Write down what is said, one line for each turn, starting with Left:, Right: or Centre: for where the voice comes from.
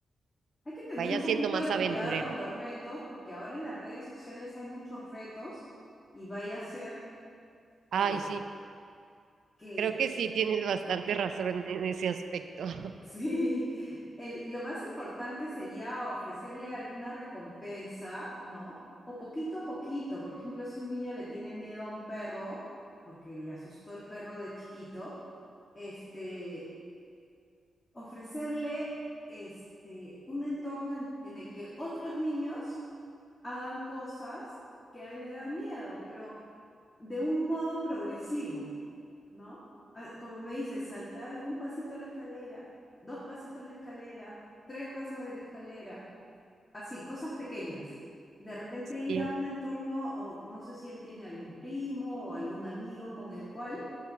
Left: Hay que tener
Right: vaya
Left: un poquito
Right: siendo más
Left: de
Right: aventurero.
Left: cuidado con los retos, porque ahora en las redes sociales hay muchos retos y vaya a ser
Right: Ay,
Left: eh,
Right: sí.
Left: que,
Right: Creo que
Left: que-
Right: sí, tienes bastante razón en, en ese aspecto. <laughs>
Left: <laughs> sí, el- lo más importante sería ofrecerle alguna recompensa, ¿no? O poquito a poquito, por ejemplo, si un niño le tiene miedo a un perro, porque le asustó el perro de chiquito, este, ofrecerle este, un entorno en, en el que otros niños hagan cosas que a él le dan miedo, pero de un modo progresivo, ¿no? Ah, Como me dices, saltar un pasito a la escalera, dos pasitos a la escalera, tres pasos de la escalera, así, cosas pequeñas. De repente ir
Right: Sí,
Left: a un entorno, o no sé si él tiene algún primo o algún amigo con el cual